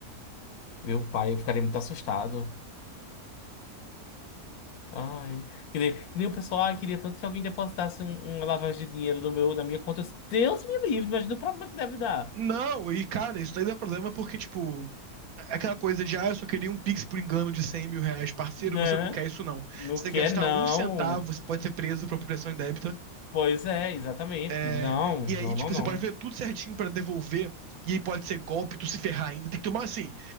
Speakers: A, on the left (about 80°); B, on the right (about 70°).
A: Meu pai, eu ficaria muito assustado. Ai. Que nem, que nem o pessoal, ah, queria tanto que alguém depositasse um- uma lavagem de dinheiro no meu, na minha conta. Eu disse, Deus me livre, imagina o problema que deve dar.
B: Não, e cara, isso daí dá problema porque, tipo, aquela coisa de, ah, eu só queria um Pix por engano de 100 mil reais. Parceiro,
A: Né?
B: você não quer isso, não.
A: Não
B: Se você
A: quer,
B: gastar
A: não.
B: um centavo, você pode ser preso por apropriação indébita.
A: Pois é, exatamente.
B: É,
A: Não,
B: e
A: não,
B: aí, tipo,
A: não, não.
B: você pode fazer tudo certinho pra devolver, e aí pode ser golpe, tu se ferrar ainda. Tem que tomar assim.